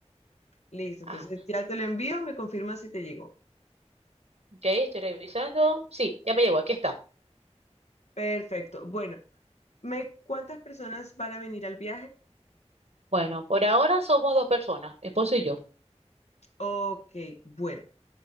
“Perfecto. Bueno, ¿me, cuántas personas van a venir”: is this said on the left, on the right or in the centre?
Left